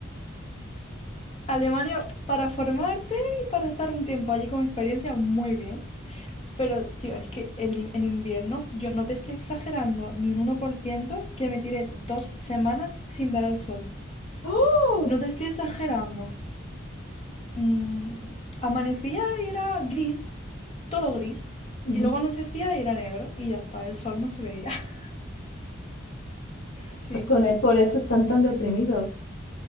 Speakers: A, on the left; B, on the left.
A: Alemania para formarte y para estar un tiempo allí como experiencia, muy bien. Pero, tío, es que el in- en invierno, yo no te estoy exagerando ni un uno por ciento que me tiré dos semanas sin ver al sol.
B: ¡Oh!
A: No te estoy exagerando. Mm, amanecía y era gris, todo gris.
B: Ujú.
A: Y luego anochecía y era negro. Y ya está, el sol no se veía. <laughs> Sí.
B: Con, e- por eso están tan deprimidos.